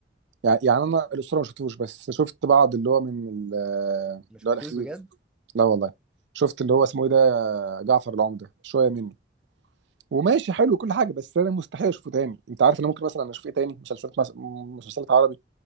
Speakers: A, on the right (about 75°); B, in the centre.
A: يعني يعني انا الاسطوره ما شفتوش بس شفت بعض اللي هو من ال-
B: ما
A: اللي
B: شفتوش
A: هو الاخير
B: بجد
A: لا والله شفت اللي هو اسمه ايه ده جعفر العمده شويه منه وماشي حلو كل حاجه بس انا مستحيل اشوفه تاني انت عارف انا ممكن مثلا اشوف ايه تاني مسلسلات مس... مسلسلات عربي